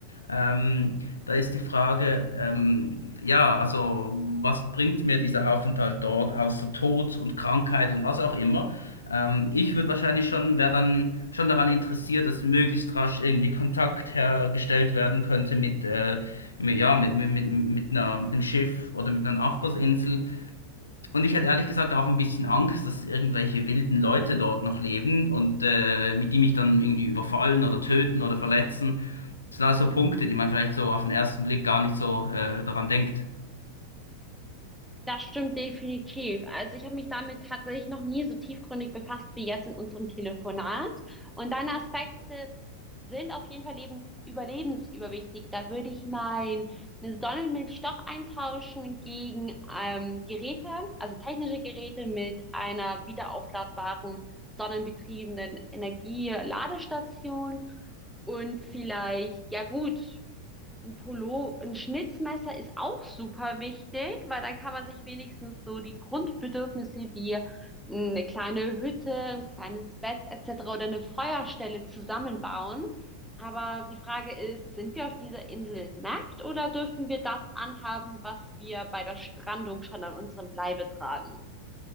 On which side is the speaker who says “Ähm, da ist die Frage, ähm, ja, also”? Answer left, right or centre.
Left